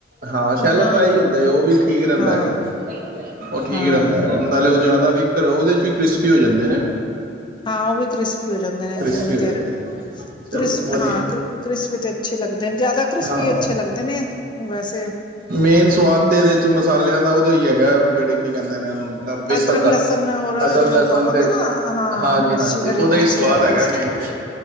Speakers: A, on the right; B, on the left.
A: ਹਾਂ, ਸ਼ੈਲੋ
B: ਹੁਣ
A: ਫਰਾਈ ਹੁੰਦੇ। ਉਹ ਵੀ ਠੀਕ
B: ਹਾਂ
A: ਰਹਿੰਦਾ ਹੈਗਾ, ਉਹ ਠੀਕ
B: ਹਾਂ
A: ਰਹਿੰਦਾ ਹੈਗਾ, ਨਾਲੇ ਉਹ ਜ਼ਿਆਦਾ ਵੀ ਉਹਦੇ, ਚ ਵੀ ਕ੍ਰਿਸਪੀ ਹੋ ਜਾਂਦੇ ਨੇ।
B: ਹਾਂ, ਉਹ ਵੀ ਕ੍ਰਿਸਪੀ ਹੋ ਜਾਂਦੇ ਨੇ,
A: ਕ੍ਰਿਸਪੀ
B: ਜਿੰਨੀ
A: ਹੋ ਜਾਂਦੇ
B: ਦੇਰ
A: ਚਲੋ
B: ਕ੍ਰਿਸਪ
A: ਵਧੀਆ
B: ਹਾਂ, ਕ ਕ੍ਰਿਸਪੀ ਤੇ ਅੱਛੇ ਲੱਗਦੇ ਨੇ, ਜ਼ਿਆਦਾ ਕ੍ਰਿਸਪੀ
A: ਹਾਂ
B: ਅੱਛੇ ਲੱਗਦੇ ਨੇ। ਵੈਸੇ
A: ਮੇਨ ਸਵਾਦ ਤੇ, ਇਹਦੇ ਵਿੱਚ ਮਸਾਲਿਆਂ ਦਾ ਉਹਦਾ ਹੈਗਾ, ਜਿਹੜੇ ਕੀ ਕਹਿੰਦੇ ਨੇ ਉਹ ਨੂੰ? ਬੇਸਣ
B: ਅਦਰਕ
A: ਦਾ,
B: ਲਸਣ ਔਰ
A: ਹਸਨ
B: ਜੋ
A: ਲਸਣ
B: ਪਾਵਾਂਗੇ
A: ਤੇ,
B: ਨਾ ਹਾਂ
A: ਹਾਂਜੀ,
B: ਮਿਰਚੀ
A: ਹਾਂਜੀ!
B: ਹਰੀ
A: ਉਹਦਾ
B: ਮਿਰਚੀ
A: ਹੀ ਸਵਾਦ
B: ਦਾ
A: ਹੈਗਾ
B: ਪੇਸਟ
A: ਮੇਨ ਤੇ।